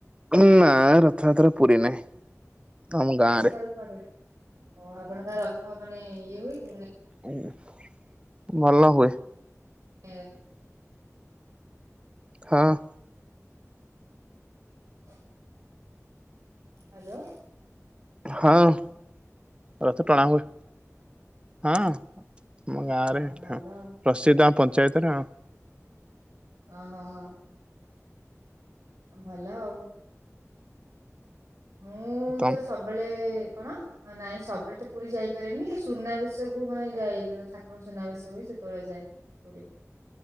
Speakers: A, on the right; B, on the right.
A: ହୁ ନା ରଥ ଯାତ୍ରା ରେ ପୁରୀ ନାହିଁ ଆମ ଗାଁ
B: ରଥରେ
A: ରେ
B: କୁଆଡ଼େ ଆପଣଙ୍କ ଗାଁ ରେ ରଥ ମାନେ ଇଏ ହୁଏ କି ମାନେ?
A: ଉଁ ଭଲ ହୁଏ
B: ଏଁ
A: ହଁ ଅଁ
B: <unintelligible> ହାଲୋ
A: ହଁ ଅଁ ରଥ ଟଣା ହୁଏ ହଁ ଆମ ଗାଁ
B: ଓହୋ
A: ରେ ଠା
B: ଭଲ ଆଉ।
A: ପ୍ରସିଦ୍ଧ ଆମ ପଞ୍ଚାୟତରେ ଆଉ
B: ଓହୋ ହ ଭଲ ଆଉ ମୁଁ
A: ତମ
B: ତ ସବୁବେଳେ କଣ? ନାଇଁ ସବୁବେଳେ ତ ପୁରୀ ଯାଇପାରେନି ସୁନାବେଶକୁୁ ମାନେ ଯାଏ ଠାକୁରଙ୍କ ସୁନାବେଶ ହୁଏ ସେତେବେଳେ ଯାଏ। ପୁରୀ